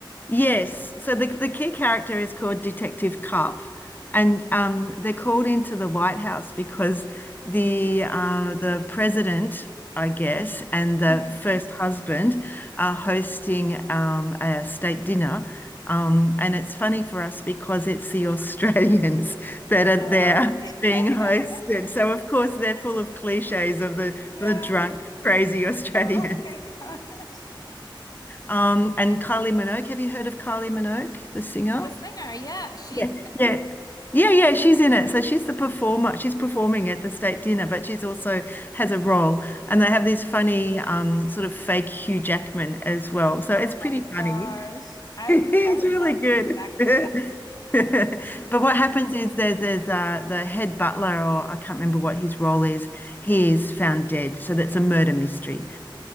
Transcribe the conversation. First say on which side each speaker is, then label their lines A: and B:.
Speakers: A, on the left (about 20°); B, on the left (about 45°).
A: Yes. So the the key character is called Detective Cup, and um, they're called into the White House because the uh, the president, I guess, and the
B: Mhm.
A: first husband are hosting um, a state dinner. Um, and it's funny for us because it's the Australians <laughs> that are
B: Oh.
A: there
B: <laughs>
A: being hosted. So of course they're full of cliches of the
B: Yeah.
A: the drunk, crazy <laughs> Australians.
B: Oh <laughs> my gosh.
A: Um, and Kylie Minogue. Have you heard of Kylie Minogue, the singer?
B: The singer, yeah, she's
A: Yeah. Yeah. Yeah, yeah, she's in it. So she's the performer. She's performing at the state dinner, but she's also has a role. And they have this
B: Okay.
A: funny um, sort of fake Hugh Jackman as well. So it's
B: Oh
A: pretty
B: my
A: funny.
B: gosh.
A: <laughs>
B: I
A: It's
B: I love
A: really good.
B: Hugh Jackman.
A: <laughs> <laughs>
B: He's great.
A: But what happens is there's there's uh, the head butler, or I can't remember what his role is. He is found dead. So that's a murder mystery.